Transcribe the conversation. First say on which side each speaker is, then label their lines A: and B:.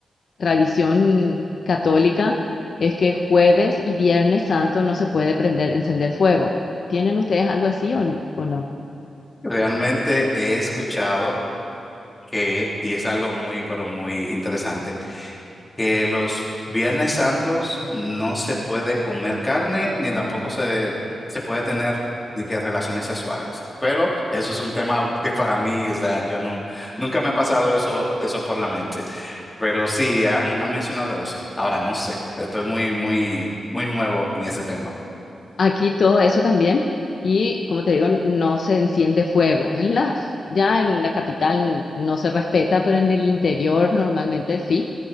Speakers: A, on the left; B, on the left.
A: tradición católica es que jueves y viernes santo no se puede prender, encender fuego. ¿Tienen ustedes algo así o, o no?
B: Realmente he escuchado que, y es algo muy, pero muy interesante. que los Viernes Santos no se puede comer carne ni tampoco se, se puede tener ni que relaciones sexuales. Pero eso es un tema que para mí, o sea, yo no, nunca me ha pasado eso, eso por la mente. Pero sí, han, han mencionado eso. Ahora no sé, estoy muy, muy, muy nuevo en ese tema.
A: Aquí todo eso también. Y como te digo, no se enciende fuego. En las, ya en la capital no se respeta, pero en el interior normalmente sí.